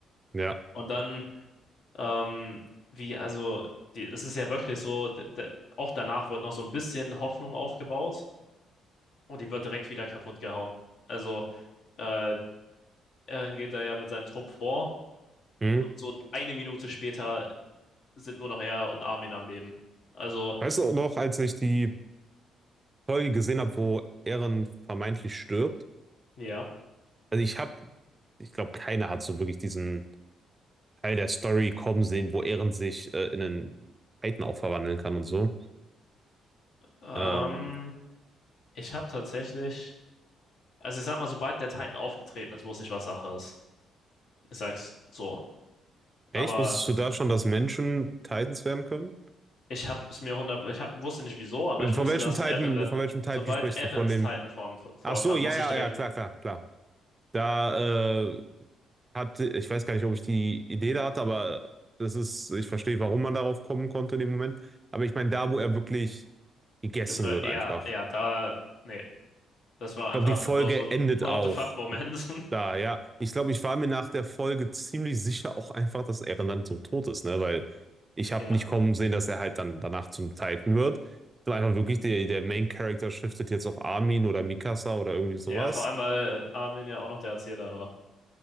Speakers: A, on the right (about 25°); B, on the left (about 65°).
A: ja,
B: Und dann, ähm, wie, also, die, es ist ja wirklich so, d- d- auch danach wird noch so ein bisschen Hoffnung aufgebaut und die wird direkt wieder kaputt gehauen. Also, äh, Aaron geht da ja mit seinem Trupp vor
A: mhm.
B: und so eine Minute später sind nur noch er und Armin am Leben. Also,
A: Weißt du auch noch, als ich die Folge gesehen habe, wo Eren vermeintlich stirbt?
B: ja.
A: Also ich habe, ich glaube, keiner hat so wirklich diesen Teil der Story kommen sehen, wo Eren sich äh, in einen Titan auch verwandeln kann und so.
B: Ähm,
A: Ähm,
B: ich habe tatsächlich, also ich sag mal, sobald der Titan aufgetreten ist, wusste ich, was Sache ist. Ich sag's so. Aber
A: Echt? Wusstest du da schon, dass Menschen Titans werden können?
B: ich habe es mir hundert, ich hab, wusste nicht wieso, aber ich
A: Von
B: wusste,
A: welchem
B: dass
A: Titan,
B: Eren, da-
A: von welchem Titan
B: sobald
A: sprichst
B: Erens
A: du? Von dem.
B: Titanform v- vorkam,
A: Ach so, ja,
B: wusste
A: ja,
B: ich direkt,
A: ja, klar, klar, klar. Da äh, hatte, ich weiß gar nicht, ob ich die Idee da hatte, aber das ist, ich verstehe, warum man darauf kommen konnte in dem Moment. Aber ich meine, da, wo er wirklich gegessen
B: gefra-
A: wird,
B: ja,
A: einfach.
B: ja, da, nee, das war
A: Ich
B: einfach
A: glaube, die Folge
B: nur so ein
A: endet
B: <laughs> What
A: auch
B: the fuck-Moment. <laughs>
A: da, ja. Ich glaube, ich war mir nach der Folge ziemlich sicher auch einfach, dass er dann so tot ist, ne? Weil ich
B: Ja,
A: habe nicht kommen sehen, dass er halt dann danach zum Titan wird. sondern Einfach wirklich, der, der Main Character shiftet jetzt auf Armin oder Mikasa oder irgendwie sowas.
B: ja, vor allem, weil Armin ja auch noch der Erzähler war.